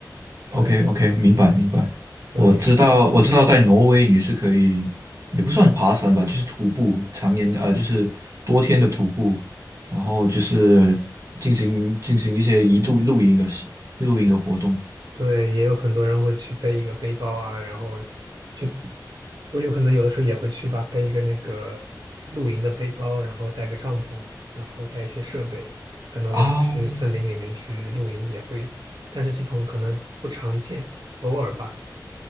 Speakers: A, on the right; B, on the right.
A: ，OK，OK，OK，
B: 对
A: 明白明白。
B: 对
A: 我知道，我知道，在挪威你是可以，也不算爬山吧，就是徒步，常年呃，就是多天的徒步，然后就是进行进行一些一度露营的事，露营的活动
B: 对，也有很多人会去背一个背包啊，然后就我有可能有的时候也会去吧，背一个那个露营的背包，然后带个帐篷，然后带一些设备，可能会去森林里面去露营，
A: 啊。
B: 也会，但是这种可能不常见，偶尔吧。